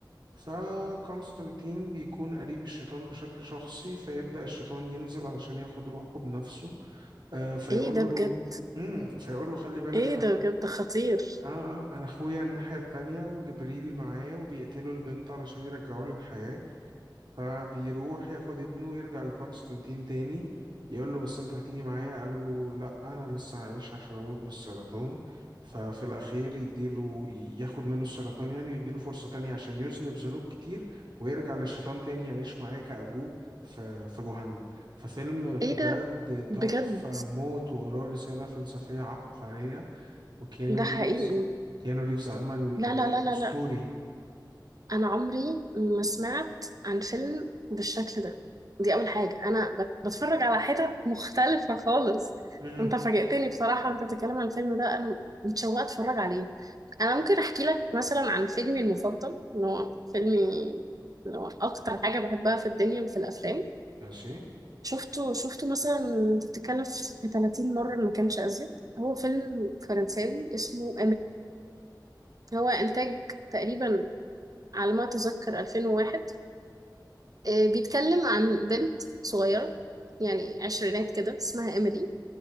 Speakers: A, on the right (about 65°); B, on the right (about 50°).
A: فكونستانتين بيكون قريب الشيطان بشكل شخصي فيبدأ الشيطان ينزل علشان ياخد روحه بنفسه آه فيقول
B: ايه ده بجد
A: له امم فيقول له خلي بالك
B: ايه
A: انا
B: ده
A: خو...
B: بجد خطير
A: آه, اه انا اخويا الناحية التانية وجبريل معايا وبيقتلوا البنت علشان يرجعوه للحياة فبيروح ياخد ابنه ويرجع لكونستانتين تاني يقول له بس انت هتيجي معايا قال له لا انا لسه هعيش عشان اموت بالسرطان ففي الاخير يديله ياخد منه السرطان يعني ويديله فرصة تانية عشان يذنب ذنوب كتير ويرجع للشيطان تاني يعيش معاه كأبوه في في جهنم ففيلم بجد
B: ايه ده بجد
A: تحفة موت وراه رسالة فلسفية عبقرية وكيانو
B: ده
A: ريفز
B: حقيقي
A: كيانو ريفز عمل
B: لا
A: أداء
B: لا لا لا
A: أسطوري
B: لا انا عمري ما سمعت عن فيلم بالشكل ده دي اول حاجه انا بت- بتفرج على حتت مختلفه خالص
A: مهم.
B: انت فاجئتني بصراحه انت بتتكلم عن الفيلم ده انا متشوقه اتفرج عليه انا ممكن احكي لك مثلا عن فيلمي المفضل اللي هو فيلمي اللي هو اكتر حاجه بحبها في الدنيا وفي الافلام
A: ماشي
B: شفته شفته مثلا انت بتتكلم في 30 مره إن ما كانش ازيد هو فيلم فرنساوي اسمه هو إنتاج تقريبا على ما أتذكر 2001 آه، بيتكلم عن بنت صغيرة يعني عشرينات كده اسمها إيميلي